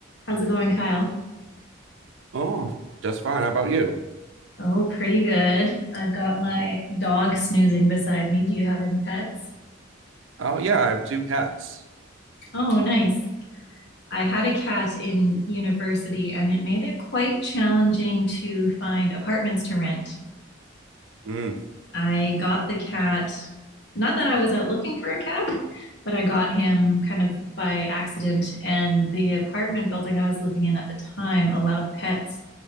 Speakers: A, on the left; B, on the right.
A: How's it going, Kyle?
B: Oh, just fine. How about you?
A: Oh, pretty good. I've got my dog snoozing beside me. Do you have any pets?
B: Oh, yeah, I have two cats.
A: Oh, nice. I had a cat in university and it made it quite challenging to find apartments to rent.
B: Mm.
A: I got the cat, not that I was out looking for a cat, but I got him kind of by accident. And the apartment building I was living in at the time allowed pets.